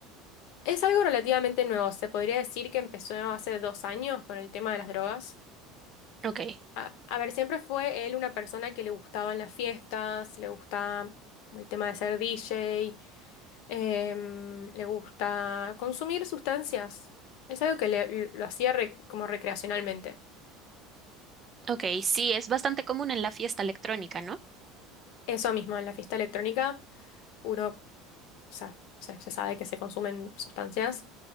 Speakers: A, on the left (about 70°); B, on the right (about 25°).
A: Es algo relativamente nuevo, se podría decir que empezó hace dos años con el tema de las drogas.
B: Ok.
A: A, a ver, siempre fue él una persona que le gustaban las fiestas, le gustaba como el tema de ser DJ. Em, le gusta consumir sustancias. Es algo que le- lo hacía re- como recreacionalmente.
B: Ok, sí, es bastante común en la fiesta electrónica, ¿no?
A: Eso mismo, en la fiesta electrónica uno, o sea, se, se sabe que se consumen sustancias.